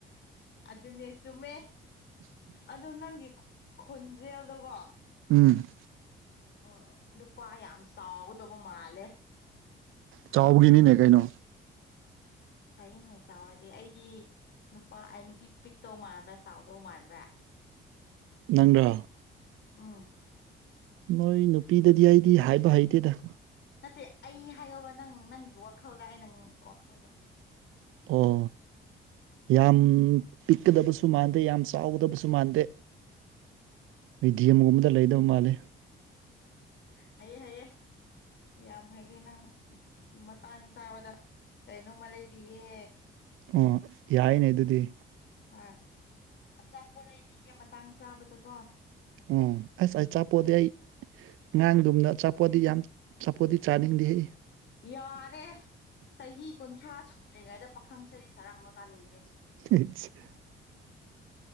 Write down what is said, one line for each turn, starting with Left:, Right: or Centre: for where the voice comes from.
Left: ꯑꯗꯨꯅꯦ ꯆꯨꯝꯃꯦ ꯑꯗꯣ ꯅꯪꯒꯤ ꯈꯣꯟꯖꯦꯜꯗꯣꯀꯣ
Right: ꯎꯝ
Left: ꯎꯝ ꯅꯨꯄꯥ ꯌꯥꯝ ꯆꯥꯎꯒꯗꯧꯕ ꯃꯥꯜꯂꯦ
Right: ꯆꯥꯎꯕꯒꯤꯅꯤꯅꯦ ꯀꯩꯅꯣ
Left: ꯐꯩꯅꯦ ꯆꯥꯎꯔꯗꯤ ꯑꯩꯗꯤ ꯅꯨꯄꯥ ꯑꯩ ꯅꯨꯄꯤ ꯄꯤꯛꯇꯧ ꯃꯥꯟꯕ꯭ꯔꯥ ꯆꯥꯎꯗꯧ ꯃꯥꯟꯕ꯭ꯔꯥ
Right: ꯅꯪꯗ꯭ꯔꯥ
Left: ꯎꯝ
Right: ꯅꯣꯏ ꯅꯨꯄꯤꯗꯗꯤ ꯑꯩꯗꯤ ꯍꯥꯏꯕ ꯍꯩꯇꯦꯗ
Left: ꯅꯠꯇꯦ ꯑꯩ ꯍꯥꯏꯌꯣꯕ ꯅꯪ ꯅꯪꯒꯤ ꯋꯥꯈꯜꯗ ꯑꯩ ꯅꯪ ꯋꯥꯈꯜꯗ
Right: ꯑꯣ ꯌꯥꯝ ꯄꯤꯛꯀꯗꯕꯁꯨ ꯃꯥꯟꯗꯦ ꯌꯥꯝ ꯆꯥꯎꯒꯗꯕꯁꯨ ꯃꯥꯟꯗꯦ꯫ ꯑꯩ <unintelligible> ꯒꯨꯝꯕꯗ ꯂꯩꯗꯧ ꯃꯥꯜꯂꯦ
Left: ꯍꯩꯌꯦ ꯍꯩꯌꯦ ꯌꯥꯝ ꯍꯩꯔꯦ ꯅꯪ꯫ ꯃꯇꯥꯡ ꯆꯥꯕꯗ ꯀꯩꯅꯣꯝꯃ ꯂꯩꯕꯤꯒꯦ꯫
Right: ꯑꯣ ꯌꯥꯏꯅꯦ ꯑꯗꯨꯗꯤ꯫
Left: ꯍꯣꯏ ꯑꯆꯥꯄꯣꯠ ꯂꯩꯕꯤꯒꯦ ꯃꯇꯥꯡ ꯆꯥꯕꯗꯀꯣ꯫
Right: ꯎꯝ ꯑꯁ ꯑꯆꯥꯄꯣꯠꯇꯤ ꯑꯩ ꯉꯥꯡꯗꯨꯝꯅ ꯑꯆꯥꯄꯣꯠꯇꯤ ꯌꯥꯝ ꯆꯥꯄꯣꯠꯇꯤ ꯆꯥꯅꯤꯡꯗꯦꯍꯦ꯫
Left: ꯌꯥꯔꯦ ꯆꯍꯤ ꯀꯨꯟꯊ꯭ꯔꯥ ꯁꯨ ꯗ꯭ꯔꯤꯉꯩꯗ ꯄꯥꯈꯪꯁꯔꯤ ꯁꯔꯥ <unintelligible>
Right: <unintelligible>